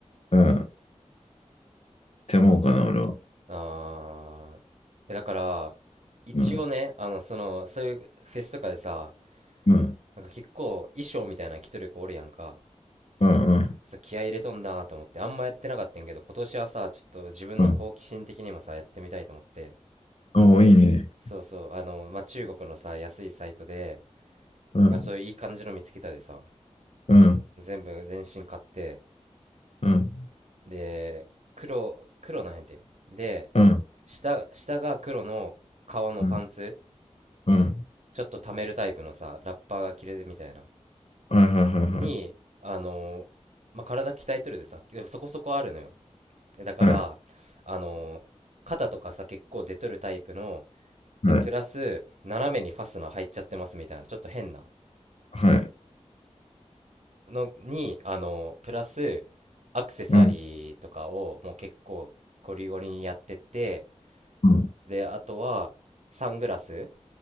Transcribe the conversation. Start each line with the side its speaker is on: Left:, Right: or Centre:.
Left: うん。って思うかな、俺は。
Right: ああーえだから一応ねあのそのそういうフェスとかでさ
Left: うん。うん。
Right: なんか結構衣装みたいなの着とる子おるやんか
Left: うん。うん。
Right: そう気合い入れとんだと思ってあんまやってなかったんやけど今年はさちょっと自分の好奇心的にもさやってみたいと思って
Left: うん。おお、いいね。
Right: そうそう、あの、まあ、中国のさ、安いサイトで、
Left: うん。
Right: あ、そういういい感じの見つけたでさ、
Left: うん。
Right: 全部全身買って、
Left: うん。
Right: で、黒、黒なんやて。で、
Left: うん。
Right: 下、下が黒の革のパンツ、
Left: うん。うん。
Right: ちょっと溜めるタイプのさ、ラッパーが着れるみたいな、
Left: はいはいは
Right: に、あの、まあ、体鍛えとるでさ、でもそこそこあるのよ。だから、
Left: いはい。はい。
Right: あの、肩とかさ、結構出とるタイプの、
Left: はい。
Right: で、プラス、斜めにファスナー入っちゃってますみたいな、ちょっと変な。
Left: はい。
Right: のに、あの、プラス、アクセサリーとかをもう結構ゴリゴリにやってて、
Left: うん。うん。
Right: で、あとは、サングラス